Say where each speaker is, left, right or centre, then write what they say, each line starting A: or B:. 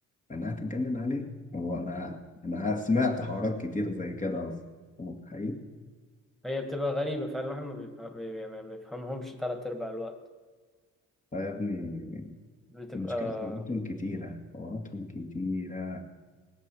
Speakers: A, on the left (about 25°); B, in the centre.
A: انا هتتجنن عليه هو انا انا سمعت حوارات كتير زي كده اصلا هو حقيقي
B: هي بتبقى غريبة فعلا الواحد ما بيفهم بي- يعني ما بيفهمهمش تلات أرباع الوقت
A: آه يا ابني
B: بتبقى
A: المشكلة حواراتهم كتيرة حواراتهم كتيرة